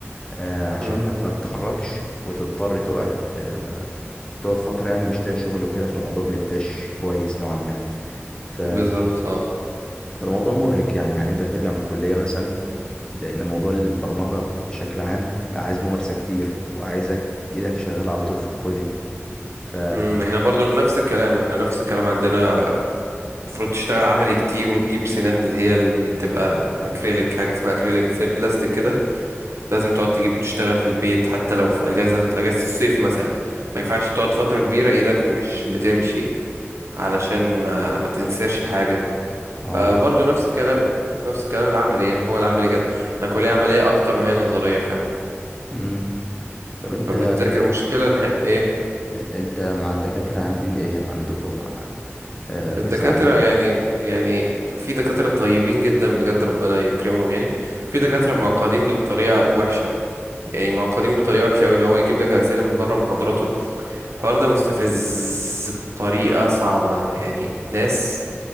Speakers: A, on the left; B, on the right.
A: آه، عشان
B: مم.
A: ما ت- ما تتخرجش وتضطر تقعد آه، تقعد فترة يعني مش لاقي شغل وكده فالموضوع ما يبقاش كويس نوعا ما ف-
B: بالظبط اه
A: فالموضوع مرهق يعني يعني أنت بترجع من الكلية مثلا لأن موضوع البرمجة بشكل عام عايز ممارسة كتير وعايزك إيدك شغالة على طول في الكودينج ف
B: مم. احنا برضو نفس الكلام احنا نفس الكلام عندنا المفروض تشتغل عملي كتير وتجيب سنان اللي هي اللي بتبقى اكريليك حاجه اسمها اكريليك زي بلاستيك كده لازم تقعد تجيب تشتغل في البيت حتى لو في اجازة اجازة الصيف مثلا ما ينفعش تقعد فترة كبيرة ايدك مش بتمشي علشان ما ما تنساش الحاجة
A: اه
B: فبرضه نفس الكلام نفس الكلام العملي يعني هو العملي كده انا كلية عملية اكتر ما هي نظرية فعلا
A: مم. طب انت
B: فبنذاكر مشكلة الح... ايه
A: انت مع الدكاترة عاملين ايه عندكوا آه بيساعدوكوا
B: الدكاترة يعني يعني في دكاترة طيبين جدا بجد ربنا يكرمهم يعني في دكاترة معقدين بطريقة وحشة يعني معقدين بطريقة وحشة أوي اللي هو يجيب لك أسئلة من بره محاضراته الحوار ده مستفز بطريقة صعبة يعني ناس